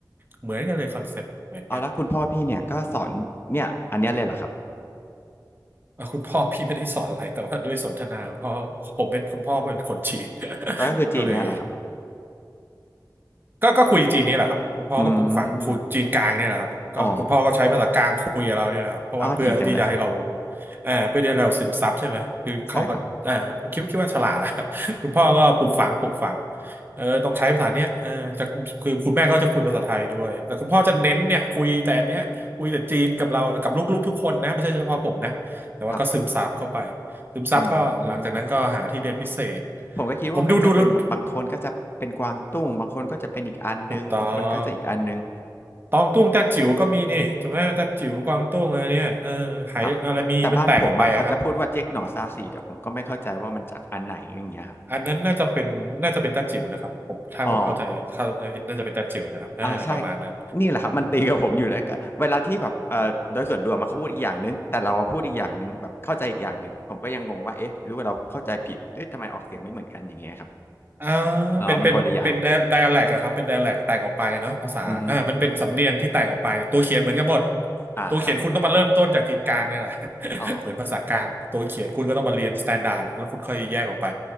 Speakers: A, on the right (about 30°); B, on the left (about 30°).
A: เหมือนกันเลยคอนเซ็ปต์เหมือนกัน
B: เอาแล้วคุณพ่อพี่เนี่ยก็สอนเนี่ยอันเนี้ยเลยเหรอครับ
A: อ่ะคุณพ่อพี่ไม่ได้สอนอะไรแต่ว่าด้วยสนทนาคุณพ่อผมเป็นคุณพ่อเป็นคนจีน
B: แล้วก็คือจีนเนี้ยเหรอครับ
A: <laughs> ก็เลย ก็ก็คุยจีนนี่แหละครับคุณพ่อก็ปลูกฝังคุณจีนกลางเนี่ยแหละครับก็คุณพ่อก็ใช้ภาษากลางคุยกับเราเนี่ยแหละครับเพราะว่าเพื่อที่จะให้เรา
B: อืมอ๋ออ๋อดีจังเลยครับ
A: เอ่อเพื่อที่ให้เราซึมซับใช่ไหมคือเขาก็เอ่อคิดว่าคิดว่าฉลาดอ่ะ
B: ใช่ครับ
A: <laughs> คุณพ่อก็ปลูกฝังปลูกฝังเออต้องใช้ภาษาเนี้ยเออจะคือคุณแม่ก็จะคุยภาษาไทยด้วยแต่คุณพ่อจะเน้นเนี่ยคุยแต่อันเนี้ยคุยแต่จีนกับเรากับลูกๆทุกคนนะไม่ใช่เฉพาะผมนะแต่ว่าก็ซึมซับเข้าไป
B: ครับ
A: ซึมซับก็หลังจากนั้นก็หาที่เรียนพิเศษ
B: อืมผมก็คิดว่ามันจะเป็นแบบบางคนก็จะเป็นกวางตุ้งบางคนก็จะเป็นอีกอันนึงบางคนก็จะอีกอันนึง
A: ผมดูดูแล้วถูกต้อง ตองตุ้งแต่จิ๋วก็มีนี่ถูกไหมแตัจิ๋วกวางตุ้งอะไรเนี่ยเออหายอะไรมีมันแตกออกไปอะครับ
B: ครับแต่บ้านผมอ่ะเขาจะพูดว่าเจ๊กหน่อซาสีแต่ผมก็ไม่เข้าใจว่ามันจากอันไหนอย่างเงี้ยครับ
A: อันนั้นน่าจะเป็นน่าจะเป็นแต่จิ๋วนะครับผมถ้าผมเข้าใจเข้าน่าจะเป็นแต่จิ๋วนะครับอ่าประมาณนั้น
B: อ๋อ อ่าใช่นี่แหละครับมันตีกับผมอยู่แล้วก็เวลาที่แบบเอ่อโดยส่วนรวมมาเขาพูดอีกอย่างนึงแต่เราพูดอีกอย่างนึงแบบเข้าใจอีกอย่างนึงผมก็ยังงงว่าเอ๊ะหรือว่าเราเข้าใจผิดหรือทำไมออกเสียงไม่เหมือนกันอย่างเงี้ยครับ
A: อ่า
B: อ๋อมันคนละอย่าง
A: เป็นเป็นเป็นไดอะแลกอะครับเป็นไดอะแลกแตกออกไปเนาะภาษาอ่ามันเป็นสำเนียงที่แตกออกไปแต่ตัวเขียนเหมือนกันหมด
B: อือฮึอ่าครับ
A: ตัวเขียนคุณต้องมาเริ่มต้นจากถิ่นกลางเนี่ยแหละ <laughs>
B: อ๋อ
A: เหมือนภาษากลางตัวเขียนคุณก็ต้องมาเรียนสแตนดาร์ดแล้วคุณค่อยแยกออกไป